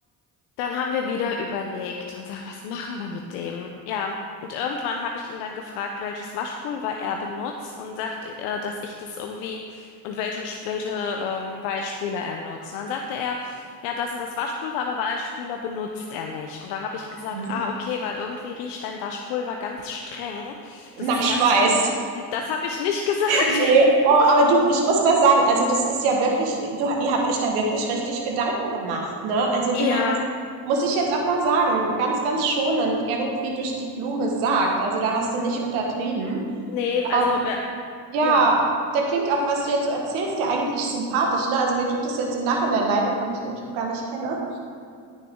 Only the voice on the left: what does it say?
Dann haben wir wieder überlegt und sagen, was machen wir mit dem? Ja, und irgendwann habe ich ihn dann gefragt, welches Waschpulver er benutzt und sagt, äh, dass ich das irgendwie und welchen Sch- welche ähm, Weichspüler er nutzt. Und dann sagte er, ja, das sind das Waschpulver, aber Weichspüler benutzt er nicht. Und da habe ich gesagt,
ah, okay, weil irgendwie riecht dein Waschpulver ganz streng.
Das ist ein
ganz, das habe ich nicht gesagt.
<laughs>
Ja,
nee, also
wir,
ja.